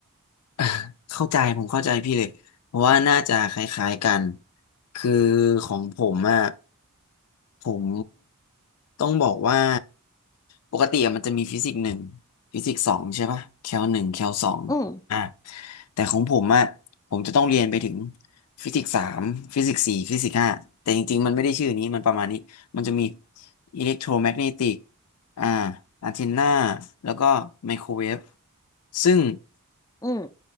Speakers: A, on the left; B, on the left.
A: <laughs> อ่ะเข้าใจผมเข้าใจพี่เลยเพราะว่าน่าจะคล้ายๆกันคือของผมอ่ะผมต้องบอกว่าปกติอะมันจะมีฟิสิกส์หนึ่งฟิสิกส์สองใช่ปะแคลหนึ่งแคลสองอ่ะ
B: อืม
A: แต่ของผมอ่ะผมจะต้องเรียนไปถึงฟิสิกส์สามฟิสิกส์สี่ฟิสิกส์ห้าแต่จริงๆมันไม่ได้ชื่อนี้มันประมาณนี้มันจะมีอิเล็กโทรแมกเนติกอ่าอันเทนนาแล้วก็ไมโครเวฟซึ่ง
B: อืม